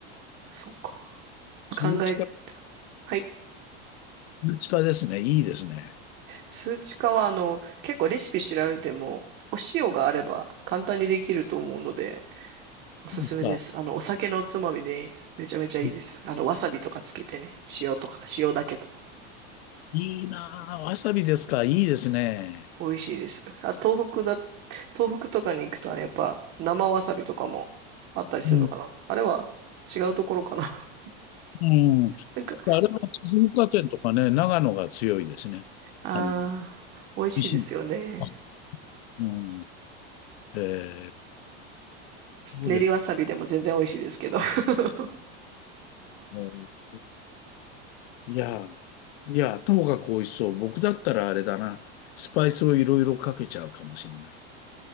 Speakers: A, on the right; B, on the left.
A: そうか。
B: 通知か、
A: 考え、はい。
B: 通知かですね。いいですね。
A: 数値化は、あの、結構レシピ調べても、お塩があれば簡単にできると思うので、おすすめです。
B: いいですか。
A: あの、お酒のおつまみでめちゃめちゃいいです。
B: うん
A: あの、わさびとかつけてね、塩とか、塩だけとか、
B: いいなぁ、わさびですか。いいですね。
A: 美味しいです。あ、東北だ、東北とかに行くとね、やっぱ生わさびとかもあったりするのかな。
B: うん。
A: あれは違うところかな。<laughs>
B: うん。
A: なんか、
B: あれは静岡県とかね、長野が強いですね。
A: あー、
B: あの、美
A: 美味しいですよね。
B: 味しい。あうん。えー、そうですね。
A: 練りわさびでも全然美味しいですけど。<laughs>
B: ういやーいやーともかく美味しそう。僕だったらあれだな。スパイスをいろいろかけちゃうかもしれない。